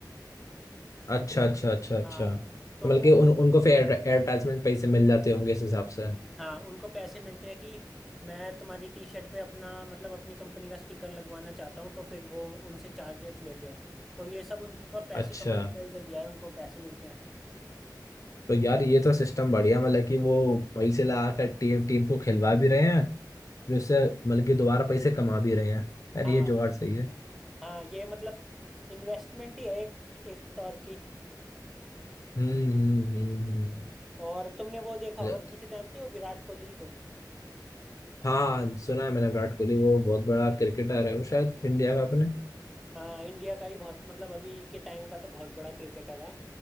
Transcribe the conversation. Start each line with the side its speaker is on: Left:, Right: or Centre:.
Left: अच्छा अच्छा अच्छा अच्छा
Centre: हाँ
Left: तो
Centre: तो
Left: बल्कि
Centre: वो
Left: उन उनको फिर एडवर्टाइजमेंट पैसे मिल जाते होंगे इस हिसाब से
Centre: हाँ उनको पैसे मिलते हैं कि मैं तुम्हारी टी शर्ट पे अपना मतलब अपनी कंपनी का स्टिकर लगवाना चाहता हूँ तो फिर वो उनसे चार्जेस लेते हैं तो ये सब उनका पैसे
Left: अच्छा
Centre: कमाने का ही जरिया है उनको पैसे मिलते हैं
Left: तो यार ये तो सिस्टम बढ़िया मतलब कि वो पैसे लगा कर टीम टीम को खिलवा भी रहे हैं फिर उससे मतलब कि दोबारा पैसे कमा भी रहे हैं यार
Centre: हाँ
Left: ये जुगाड़ सही है
Centre: हाँ ये मतलब इन्वेस्टमेंट ही है एक एक तौर की
Left: हम्म हम्म हम्म हम्म।
Centre: और तुमने वो देखा
Left: अच्छा,
Centre: होगा तुम उसे जानते हो विराट कोहली को
Left: हाँ सुना है मैंने विराट कोहली वो बहुत बड़ा क्रिकेटर है वो शायद इंडिया का अपने
Centre: हाँ इंडिया का ही बहुत मतलब अभी के टाइम का तो बहुत बड़ा क्रिकेटर है